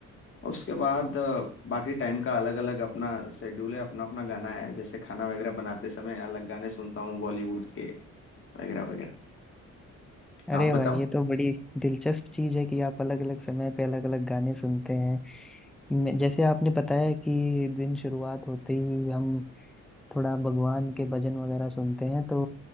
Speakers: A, on the left (about 45°); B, in the centre.
A: उसके बाद अ, बाकी टाइम का अलग अलग अपना शेड्यूल है अपना अपना गाना है जैसे खाना वगैरह बनाते समय अलग गाने सुनता हूँ बॉलीवुड के वगैरह वगैरह
B: अरे
A: आप
B: भाई
A: बताओ
B: ये तो बड़ी दिलचस्प चीज है कि आप अलग अलग समय पे अलग अलग गाने सुनते हैं मैं- जैसे आपने बताया कि दिन शुरुआत होते ही हम थोड़ा भगवान के भजन वगैरह सुनते हैं तो